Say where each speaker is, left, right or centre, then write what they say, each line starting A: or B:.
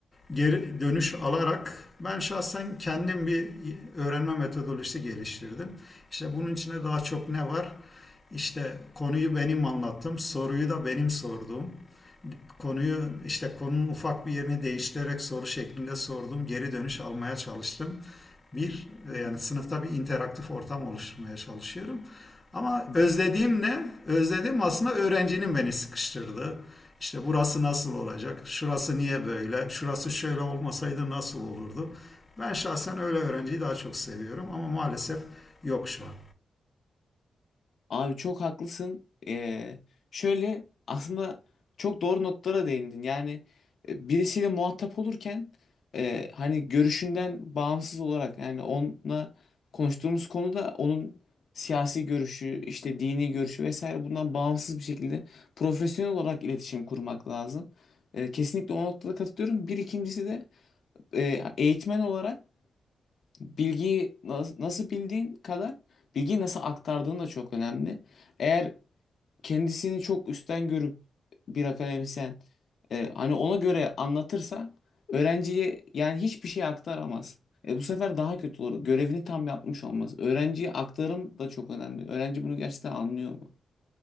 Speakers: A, on the left; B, on the left.
A: geri dönüş alarak ben şahsen kendim bir öğrenme metodolojisi geliştirdim. İşte bunun içinde daha çok ne var? İşte konuyu benim anlattım, soruyu da benim sordum. Konuyu işte konunun ufak bir yerini değiştirerek soru şeklinde sordum, geri dönüş almaya çalıştım bir e,
B: hı
A: yani
B: hı,
A: sınıfta bir interaktif ortam oluşturmaya çalışıyorum. Ama
B: hı
A: özlediğim
B: hı.
A: ne? Özlediğim aslında öğrencinin beni sıkıştırdığı. İşte burası nasıl olacak? Şurası niye böyle? Şurası şöyle olmasaydı nasıl olurdu? Ben şahsen öyle öğrenciyi daha çok seviyorum ama maalesef yok şu an.
B: Abi çok haklısın. Ee, şöyle aslında çok doğru notlara değindin. Yani e, birisiyle muhatap olurken e, hani görüşünden bağımsız olarak yani onunla konuştuğumuz konuda onun siyasi görüşü, işte dini görüşü vesaire bundan bağımsız bir şekilde profesyonel olarak iletişim kurmak lazım. E, kesinlikle o noktada katılıyorum. Bir ikincisi de e, eğitmen olarak bilgiyi nas- nasıl bildiğin kadar bilgiyi nasıl aktardığın da çok önemli. Eğer kendisini çok üstten görüp bir akademisyen e, hani ona göre anlatırsa öğrenciye yani hiçbir şey aktaramaz. E, bu sefer daha kötü olur. Görevini tam yapmış olmaz. Öğrenciye aktarım da çok önemli. Öğrenci bunu gerçekten anlıyor mu?